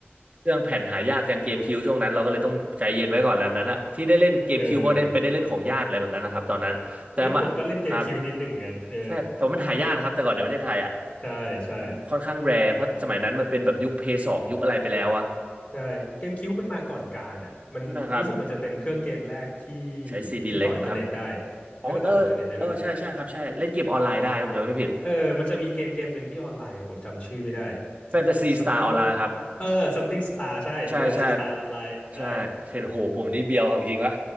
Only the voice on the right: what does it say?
เครื่องแผ่นหายากจังเกมคิวช่วงนั้นเราก็เลยต้องใจเย็นไว้ก่อนแล้วนั้นอะที่ได้เล่นเกมคิวเพราะได้ไปได้เล่นของญาติอะไรแบบนั้นนะครับตอนนั้นแต่มาครับ
ใช่ แต่ว่ามันหายากนะครับ แต่ก่อนในประเทศไทยอ่ะ
มันค่อนข้างแรร์เพราะสมัยนั้นมันเป็นแบบยุคเพย์สองยุคอะไรไปแล้วอะ
ใช่ไหมครับ ใช้ซีดีเล็กครับ
อ๋อเออเออใช่ใช่ครับใช่เล่นเกมออนไลน์ได้ครับผมจำไม่ผิด
แฟนตาซีสตาร์ออนไลน์ครับ
ใช่ใช่
ใช่เห็นโหผมนี่เบียวของจริงวะ